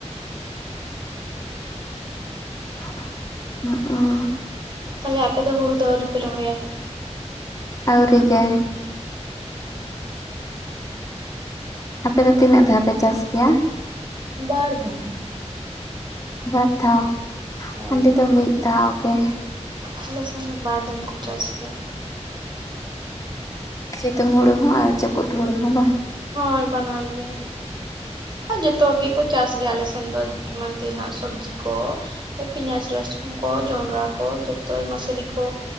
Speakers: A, on the left (about 30°); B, on the right (about 40°).
A: <inaudible> ᱦᱩᱸᱜ ᱩᱸ
B: ᱛᱟᱦᱚᱞᱮ ᱟᱯᱮ ᱫᱚ ᱦᱩᱲᱩ ᱫᱚ ᱟᱹᱣᱨᱤ ᱯᱮ ᱨᱚᱦᱚᱭᱟ
A: ᱟᱹᱣᱨᱤ ᱜᱮ ᱟᱯᱮ ᱫᱚ ᱛᱤᱱᱟᱹᱜ ᱫᱷᱟᱣ ᱯᱮ ᱪᱟᱥ ᱠᱮᱭᱟ
B: ᱵᱟᱨ ᱫᱷᱚᱢ
A: ᱵᱟᱨ ᱫᱷᱟᱣ
B: ᱦᱳᱭ
A: ᱟᱞᱮ ᱫᱚ ᱢᱤᱫ ᱫᱷᱟᱣ ᱜᱮ
B: ᱟᱞᱮ ᱥᱮᱱ ᱫᱚ ᱵᱟᱨ ᱫᱷᱚᱢ ᱠᱚ ᱪᱟᱥ ᱜᱮᱭᱟ
A: ᱥᱤᱛᱩᱝ ᱦᱩᱲᱩ ᱦᱚᱸ ᱟᱨ ᱡᱟᱹᱯᱩᱫ ᱦᱩᱲᱩ ᱦᱚᱸ ᱵᱟᱝ
B: ᱦᱳᱭ ᱵᱟᱱᱟᱨ ᱜᱮ ᱡᱚᱛᱚ ᱜᱮᱠᱚ ᱪᱟᱥ ᱜᱮᱭᱟᱞᱮ ᱟᱞᱮ ᱥᱮᱱ ᱫᱚ ᱮᱢᱟᱱ ᱛᱮᱱᱟᱜ ᱥᱚᱵᱽᱡᱤ ᱠᱚ ᱯᱮᱸᱭᱟᱡᱽ ᱨᱟᱹᱥᱩᱱ ᱠᱚ ᱡᱚᱱᱰᱨᱟ ᱠᱚ ᱡᱚᱛᱚ ᱢᱟᱥᱨᱤ ᱠᱚ